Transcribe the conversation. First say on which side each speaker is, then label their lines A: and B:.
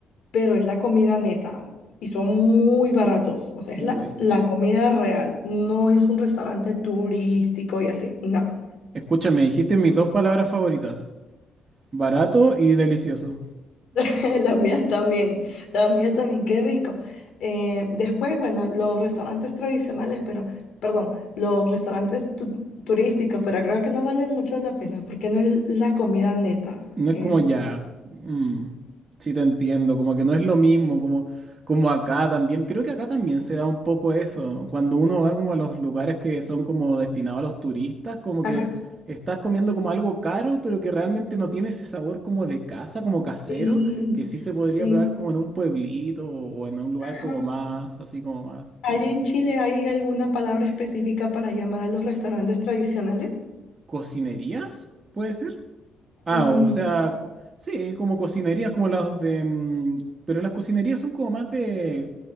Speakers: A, on the left (about 70°); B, on the right (about 30°).
A: pero es la comida neta y son muy baratos. O sea,
B: uy.
A: es la, la comida real, no es un restaurante turístico y así, no.
B: Escúchame, dijiste mis dos palabras favoritas, barato y delicioso.
A: <laughs> Las mías también, las mías también, qué rico. Eh, después, bueno, los restaurantes tradicionales, pero, perdón, los restaurantes tu- turísticos, pero creo que no valen mucho la pena porque no es la comida neta,
B: No
A: es...
B: es como ya. mm, sí te entiendo, como que no es lo mismo, como, como acá también. Creo que acá también se da un poco eso. Cuando uno va como a los lugares que son como destinados a los turistas, como
A: Ajá,
B: que estás comiendo como algo caro, pero que realmente no tiene ese sabor como de casa, como casero,
A: sí,
B: que sí se podría
A: sí.
B: probar como en un pueblito o en un lugar
A: Ajá.
B: como más, así como más,
A: ¿Hay
B: como
A: en Chile, hay alguna palabra específica para llamar a los restaurantes tradicionales?
B: cocinerías, puede ser. Ah,
A: Mm,
B: o sea, co- sí, como cocinerías como las de... mm, pero las cocinerías son como más de...